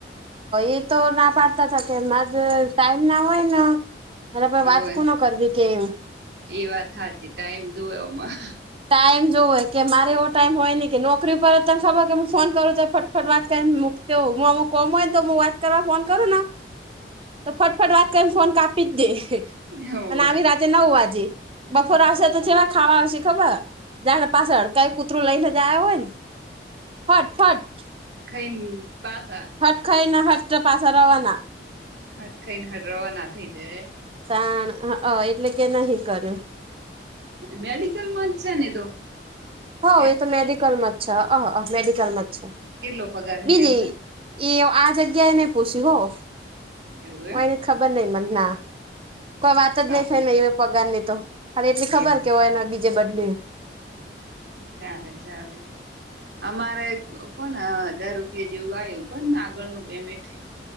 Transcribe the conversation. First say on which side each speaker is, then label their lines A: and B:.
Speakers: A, on the right; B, on the right.
A: એ તો
B: એમ
A: ના પાડતા હતા કે માજ ટાઈમ ના હોય ને અરે ભ વાત
B: ઓવે
A: કો ન કરવી કે એમ
B: એ વાત હાચી ટાઈમ જોવેમાં
A: ટાઈમ જોવ હોય કે મારે એવો ટાઈમ હોય નને કે નોકરી ઉપ પર જ તને ખબર કે હું ફોન કરું તો ફટફટ વાત કરીને તો હુંમ કોમ હોય તો હું વાત કરવા ફોન કરું ને તો ફટફટ વાત કરીને ફોન કાપી જ દે
B: હોવે
A: અને આવી રાતે નવ વાજે
B: હમ
A: બપોર આવશે તો જેવા ખાવા આવશે ખબર જાણે પાસે હડકાઈ કૂતરું લઈને જો હોય ને ફટ ફટ
B: કઈ પા
A: હટ ખાઈ ના હટ તો પાછ રવાના
B: અટ કઈ ન હડ્રવા ના આ થઈદે
A: સાણ અ એટલે કે નહી કર્યું
B: મેડિકલ માં જ છે ને તો
A: હ
B: હે
A: એ તો મેડિકલમાં જ છે મેડિકલમાં જ છે
B: કેટલો
A: <inaudible>
B: પગાર
A: બીજી
B: હે એમને
A: એ આ જગ્યા એ નહી પૂછ્યું હો
B: એવું એમ
A: હ એને ખબર નહ મને ના કોઈ વાત
B: એમ સારું
A: જ નહી થ ને એ પગાર ની તો હા એટલી ખબર
B: એવું
A: કે હોય એના બીજે બદલી
B: ચાલે ચલે અમારે કોને હજાર રૂપિયા જેવું આવ્યું કોણને આગળનું પેમેન્ટ